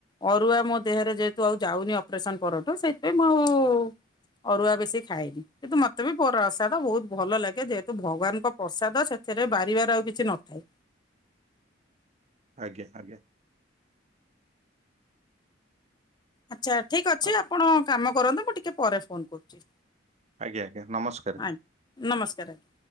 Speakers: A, on the left; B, on the right.
A: ଅରୁଆ ମୋ ଦେହରେ ଯେହେତୁ ଆଉ ଯାଉନି ଅପରେସନ ପରଠୁ ସେଇଥିପାଇଁ ମୁଁ ଆଉ ଅରୁଆ ବେଶୀ ଖାଏନି କିନ୍ତୁ ମତେ ବି ପ୍ରସାଦ ବହୁତ ଭଲ ଲାଗେ ଯେହେତୁ ଭଗବାନଙ୍କ ପ୍ରସାଦ ସେଥିରେ ବାରିବାର ଆଉ କିଛି ନଥାଏ।
B: ଆଜ୍ଞା ଆଜ୍ଞା
A: ଆଚ୍ଛା ଠିକ୍ ଅଛି
B: ଆ-
A: ଆପଣ କାମ କରନ୍ତୁ ମୁଁ ଟିକଏ ପରେ ଫୋନ୍ କରୁଛି।
B: ଆଜ୍ଞା ଆଜ୍ଞା ନମସ୍କାର।
A: ଆଜ୍ଞା ନମସ୍କାର ଆଜ୍ଞା